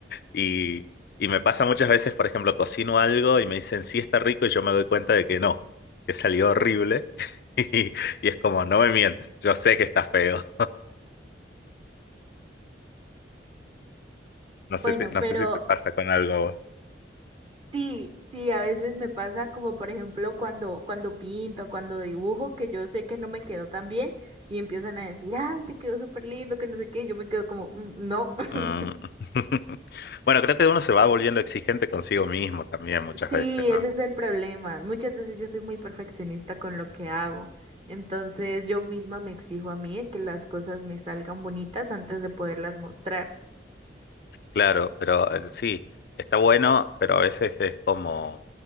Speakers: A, on the left; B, on the right.
A: Y, y me pasa muchas veces, por ejemplo, cocino algo y me dicen, sí está rico, y yo me doy cuenta de que no, que salió horrible, <laughs> y, y es como, no me mientas, yo sé que está feo, <laughs> no sé
B: bueno,
A: si, no
B: pero
A: sé si te pasa con algo a vos.
B: Sí, sí, a veces me pasa como por ejemplo cuando, cuando pinto, cuando dibujo, que yo sé que no me quedó tan bien y empiezan a decir, ay, te quedó súper lindo, que no sé qué, y yo me quedo como, "Mm, no. <laughs>
A: Mm. <laughs> Bueno, creo que uno se va volviendo exigente consigo mismo también muchas
B: Sí,
A: veces, ¿no?
B: ese es el problema. Muchas veces yo soy muy perfeccionista con lo que hago, entonces yo misma me exijo a mí que las cosas me salgan bonitas antes de poderlas mostrar.
A: Claro, pero eh, sí, está bueno, pero a veces es como...